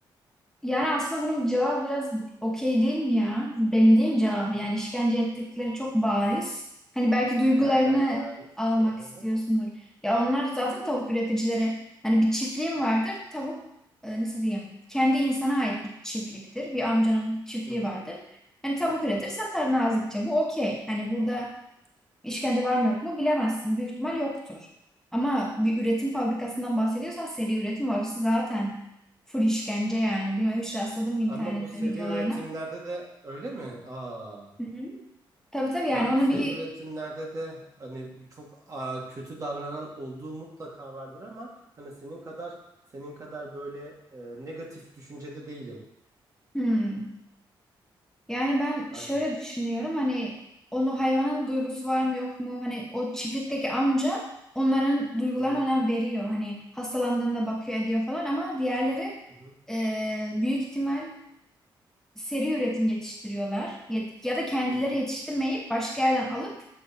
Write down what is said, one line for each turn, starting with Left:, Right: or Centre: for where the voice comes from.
Centre: Yani aslında bunun cevabı biraz okey değil mi ya? Belli değil mi cevabı? Yani işkence ettikleri çok bariz. Hani belki duygularını
Right: Nereden bariz?
Centre: almak
Right: ki? hı
Centre: istiyorsundur.
Right: hı.
Centre: Ya onlar zaten tavuk üreticileri. Hani bir çiftliğim vardır. Tavuk e, nasıl diyeyim? Kendi insana ait bir çiftliktir. Bir amcanın çiftliği
Right: Hı hı.
Centre: vardır. Hani tavuk üretir satar nazikçe. Bu okey. Hani burada İşkence var mı yok mu bilemezsin. Büyük ihtimal yoktur. Ama bir üretim fabrikasından bahsediyorsan seri üretim var. Orası zaten full işkence yani. Bilmiyorum hiç rastladım mı internette
Right: Ama bu seri
Centre: videolarına.
Right: üretimlerde de öyle mi? Aa,
Centre: Hı hı. Tabii tabii yani
Right: ben
Centre: onu
Right: bu seri
Centre: bir
Right: üretimlerde de hani çok aa, kötü davranan olduğu mutlaka vardır ama hani senin kadar senin kadar böyle e, negatif düşüncede değilim.
Centre: Hmm. yani ben
Right: Aynen.
Centre: şöyle düşünüyorum hani onu hayvanın duygusu var mı yok mu hani o çiftlikteki amca onların duygularına
Right: Hı hı.
Centre: önem veriyor hani hastalandığında bakıyor ediyor falan ama diğerleri
Right: Hı hı
Centre: e, büyük ihtimal seri üretim yetiştiriyorlar Yet- ya da kendileri
Right: hı hı
Centre: yetiştirmeyip başka yerden alıp